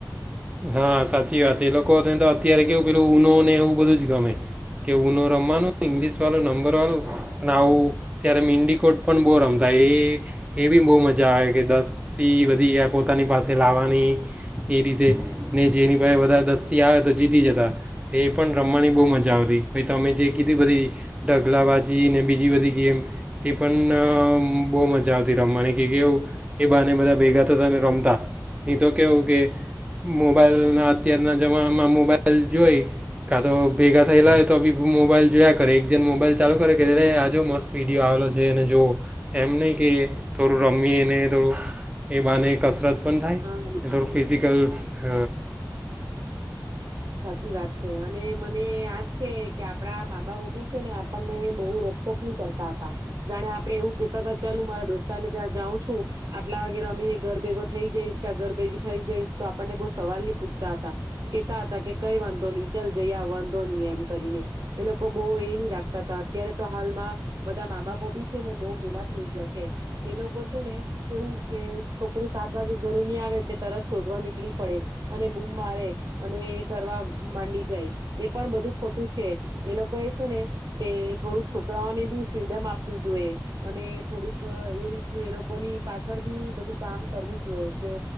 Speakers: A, on the right (about 15°); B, on the right (about 50°).
A: હ સાચી વાત, એ લોકો ને તો અત્યારે કેવું પેલું ઉનો ને એવું બધું જ ગમે, કે ઉનો રમમાનું ને ઇંગ્લિશ વાળો, નંબર વાળો પણ આવું ત્યારે મીંડી કોટ પણ બહુ રમતા એ એ બી બહુ મજા આવે કે દસી બધી આ પોતાની પાસે લાવા ની એ રીતે ને જેની પાસે બધાર દસ્તી આવે તો જીતી જતા, એ પણ રમવાની બો મજા આવતી, પહિ તમે જે કીધી બધી ઢગલા બાજી, ને બીજી બધી ગેમ તે પણ બહુ મજા આવતી રમમાની કે કે એ બાને બધા ભેગા થતા ને રમતા. ની તો કેવું કે મોબાઈલના અત્યારના જમાનામાં મોબાઈલ જોઈ, કાં તો ભેગા થયેલા હોય તો બી મોબાઈલ જોયા કરે એક જણ મોબાઈલ ચાલુ કરે કે આ જો મસ્ત વિડીયો આવેલો છે એને જુઓ, એમ નહીં કે થોડું રમીએને થોડું એ બાને કસરત પણ એ
B: હા
A: ઘણું ફિઝિકલ હ.
B: સાચી વાત છે. અને મને યાદ છે કે આપડા મા બાપો બી છે ને આપણને બહુ રોકટોક ની કરતા હતા, જાણે આપડે એવું કેતા હતા ચાલ હુ મારા દોસ્તાને ત્યાં જાઉં છું આટલા વાગે રમીને ઘર ભેગો થઈ જઈશ કે ઘર ભેગી થઇ જઈશ તો આપણને બહુ સવાલ ની પૂછતા હતા કેતા કે કઈ વાંધો નહી ચલ જઈયા વાંધો નહી એમ કરીને એ લોકો બહુ એ નહી રાખતા તા અત્યારે તો હાલમાં બધા મા બાપો બી છે ને બો પેલા થઈ ગયા છે, એ લોકો છે ને કેવું કે છોકરું સાત વાગે ઘરે નહી આવે એટલે તરત શોધવા નીકળી પડે અને બૂમ મારે અને કરવામ માંડી જાય, એ પણ બધું ખોટું છે, એ લોકો એ છે ને કે થોડુંક છોકરાઓને બી ફ્રીડમ આપી જોયે અને થોડુંક એ રીતનું એ લોકોની પાછળ બી બધું કામ કરવું જોયે કે